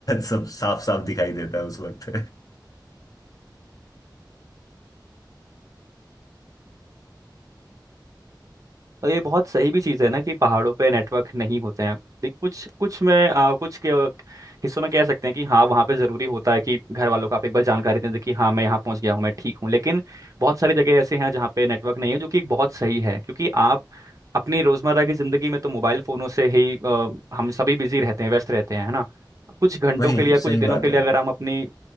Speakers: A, on the left (about 50°); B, on the right (about 45°).
A: सब साफ साफ दिखाई देता है उस वक्त
B: और ये बहुत सही भी चीज़ है ना कि पहाड़ों पे नेटवर्क नहीं होते हैं देख कुछ कुछ में आ, कुछ के हिस्सों में कह सकते हैं कि हाँ वहाँ पे ज़रूरी होता है कि घर वालों को आप एक बार जानकारी दें दें कि हाँ मैं यहाँ पहुँच गया हूँ मैं ठीक हूँ लेकिन बहुत सारी जगह ऐसे हैं जहाँ पे नेटवर्क नहीं है जो कि एक बहुत सही है क्योंकि आप अपनी रोज़मर्रा की ज़िंदगी में तो मोबाइल फ़ोनों से ही अ, हम सभी बिजी रहते हैं व्यस्त रहते हैं है ना कुछ घंटों
A: वही
B: के लिए या कुछ
A: सही
B: दिनों
A: बात
B: के
A: है
B: लिए अगर हम अपनी